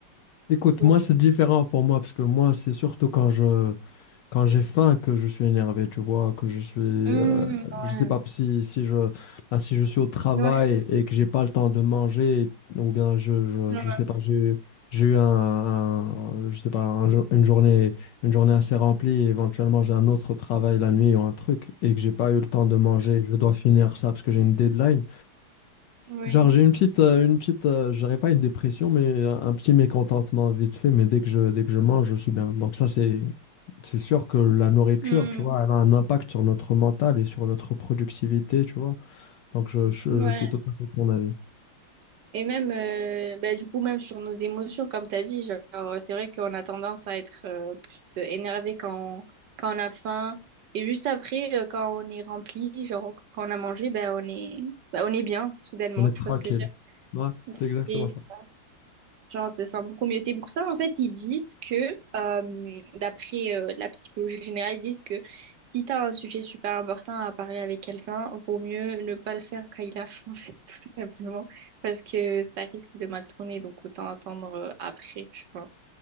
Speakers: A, on the left; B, on the right.
A: Écoute,
B: Donc,
A: moi, c'est différent pour moi parce que moi, c'est surtout quand je, quand j'ai faim que je suis énervé, tu vois, que je suis, euh,
B: hum, ouais,
A: je sais pas si, si je, bah, si je suis au travail
B: ouais,
A: et que j'ai pas le temps de manger, ou bien je, je,
B: ouais,
A: je sais pas, j'ai, eu- j'ai eu un, un- je sais pas, un jour- une journée, une journée assez remplie, et éventuellement j'ai un autre travail la nuit ou un truc et que j'ai pas eu le temps de manger, je dois finir ça parce que j'ai une deadline.
B: oui.
A: Genre j'ai une petite, euh, une petite, euh, je dirais pas une dépression, mais un, un petit mécontentement vite fait, mais dès que je, dès que je mange, je suis bien. Donc ça c'est c'est sûr que la nourriture,
B: hum,
A: tu vois, elle a un impact sur notre mental et sur notre productivité, tu vois. Donc, je, je,
B: ouais.
A: je suis tout à fait de ton avis.
B: Et même, euh, bah, du coup, même sur nos émotions, comme tu as dit, genre, c'est vrai qu'on a tendance à être euh, plus énervé quand on, quand on a faim. Et juste après, euh, quand on est rempli, genre, quand on a mangé, ben on est, bah, on est bien, soudainement,
A: On est
B: tu
A: tranquille.
B: vois ce que je veux
A: Ouais, c'est exactement
B: dire?
A: ça.
B: Genre, on se sent beaucoup mieux. C'est pour ça, en fait, ils disent que, euh, d'après euh, la psychologie générale, ils disent que si tu as un sujet super important à parler avec quelqu'un, vaut mieux ne pas le faire quand il a faim, en fait, <laughs> tout simplement, parce que ça risque de mal tourner, donc autant attendre euh, après, je vois.